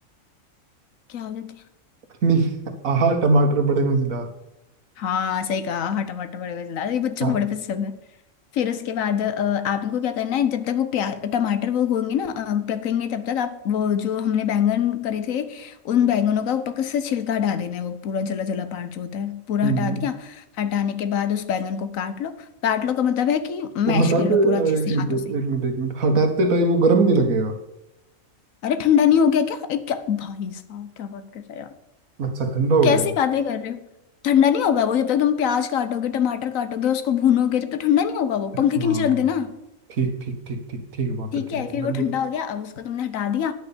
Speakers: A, on the left; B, on the right.
A: क्या हो जाती है
B: नहीं आहा टमाटर बड़े मजेदार
A: हाँ सही कहा हाँ टमाटर बड़े पसंद आता है ये बच्चों
B: हाँ
A: को बड़े पसंद है फिर उसके बाद अ, आप इनको क्या करना है जब तक वो प्याज टमाटर वो होंगे ना अ, पकेंगे तब तक आप वो जो हमने बैंगन करे थे उन बैंगनों का ऊपर से छिलका हटा देना है वो पूरा जला जला पार्ट जो होता है पूरा
B: हम्म,
A: हटा दिया हटाने के बाद उस बैंगन को काट लो काट लो का मतलब है कि मैश
B: वो हटाते
A: कर लो पूरा अच्छे से
B: एक मिनट
A: हाथों से
B: एक मिनट एक मिनट हटाते टाइम वो गर्म नहीं लगेगा
A: अरे ठंडा नहीं हो गया क्या ए, क्या भाई साहब क्या बात कर रहे हैं
B: अच्छा ठंडा हो
A: कैसी
B: गया है।
A: बातें कर रहे हो ठंडा नहीं होगा वो जब तक तुम प्याज काटोगे टमाटर काटोगे उसको भूनोगे तब तक ठंडा नहीं होगा वो
B: हाँ
A: पंखे
B: हाँ,
A: के नीचे रख
B: हाँ।
A: देना
B: ठीक ठीक ठीक ठीक ठीक बात
A: ठीक
B: है ठीक
A: है
B: है
A: फिर
B: बंदे
A: वो ठंडा हो गया अब उसको तुमने हटा दिया